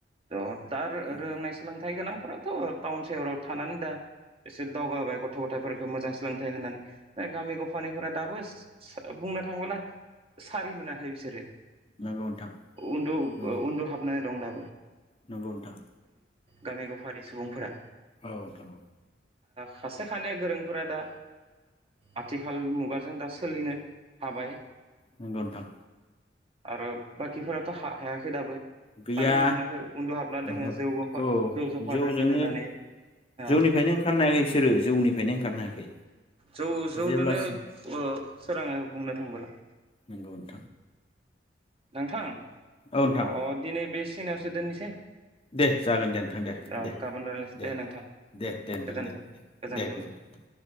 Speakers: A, on the right; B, on the left.
A: थ' दा
B: नंगौ
A: रोंनाय सोलोंथाइ गोनां न'फ्राथ' टाउन सहराव थानानै दा एसे दावगाबोबाय गथ' गथायफोरखौ मोजां सोलोंथाइ होनानै गामि गफानिफोरा दाबो बुंनो थाङोबोला सारि मोनाखै बिसोरो
B: नंगौ नोंथां
A: उन्दु
B: नंगौ
A: उन्दु हाबनानै दं दा
B: नंगौ नोंथां
A: गामि गफारि सुबुंफोरा
B: औ नोंथां औ
A: खासे खानै गोरोंफोरा दा आथिखाल मुगाजों दा सोलिनो हाबाय
B: नंगौ नोंथां
A: आरो बाखिफोराथ' हायाखै दाबो
B: गैया
A: सारिनो मोनाखै उन्दुहाबना दोङो
B: ओहो
A: जौ ज
B: औ
A: जौ जफादो
B: जौजोंनो
A: गोदोनानै दा
B: जौनिफ्रायनो ओंखारनो हायाखै बिसोरो जौनिफ्रायनो ओंखारनो हायाखै
A: जौ जौ
B: जेब्लासिम
A: दोनो सोराङो बुंनो थांबोला
B: नोंगौ नों
A: नोंथां अ
B: औ नोंथां
A: दिनै बेसे खिनायावसो दोननोसै
B: दे जागोन दे नोंथां दे
A: र'
B: दे
A: गाबोन रायलायनोसै
B: दे
A: नोंथां
B: दे दे नोंथां
A: गोजोन्थों
B: दे दे
A: गोजोन्थों
B: दे गोजोनथों नोंथां